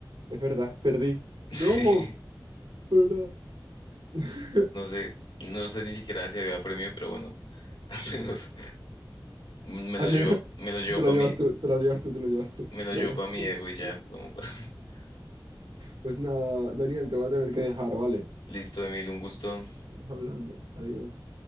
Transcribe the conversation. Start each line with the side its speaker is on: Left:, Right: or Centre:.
Right: es verdad, perdí. No,
Left: Sí,
Right: pero nada. <laughs>
Left: no sé, no sé ni siquiera si había premio, pero bueno, <laughs> al
Right: No.
Left: menos me
Right: Al
Left: lo
Right: menos
Left: llevo, me lo llevo
Right: te lo
Left: para
Right: llevas
Left: mí,
Right: tú, te lo llevas tú, te lo llevas tú.
Left: me lo
Right: te
Left: llevo
Right: lo llevas
Left: para mi
Right: tú.
Left: ego y ya, como pa- <laughs>
Right: Pues nada, Daniel, te voy a tener que dejar, ¿vale?
Left: Listo, Emil, un gusto.
Right: Vamos hablando. Adiós.